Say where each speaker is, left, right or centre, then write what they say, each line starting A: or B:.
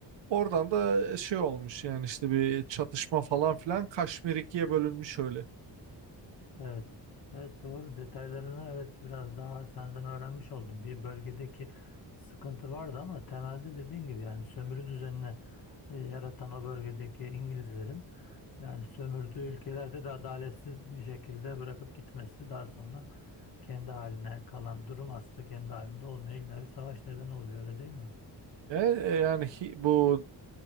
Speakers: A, on the right; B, on the left.
A: Oradan da şey olmuş yani işte bir çatışma falan filan Kaşmir ikiye bölünmüş öyle.
B: Evet. Evet doğru. Detaylarını evet biraz daha senden öğrenmiş oldum. Bir bölgedeki sıkıntı vardı ama temelde dediğin gibi yani sömürü düzenini e, yaratan o bölgedeki İngilizlerin yani sömürdüğü ülkelerde de adaletsiz bir şekilde bırakıp gitmesi daha sonra kendi haline kalan durum aslında kendi halinde olmuyor. İlla bir savaş nedeni oluyor öyle değil mi?
A: E, e, yani hi- bu